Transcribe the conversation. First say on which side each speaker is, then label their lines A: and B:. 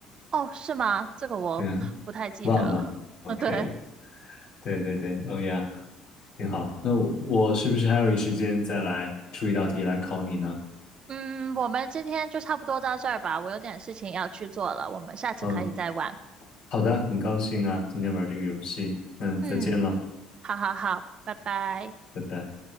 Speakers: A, on the right (about 50°); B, on the left (about 65°).
A: 哦，是吗？这个我不太记得了。
B: 对啊，忘了。OK，
A: 嗯，对，
B: 嗯对对对，欧呀，挺好。那我我是不是还有一时间再来出一道题来考你呢？
A: 嗯，我们今天就差不多到这儿吧，我有点事情要去做了，我们下次可以再玩。
B: 嗯，好的，很高兴啊，今天玩这个游戏。嗯，再见了，
A: 嗯。好好好，拜拜。
B: 拜拜。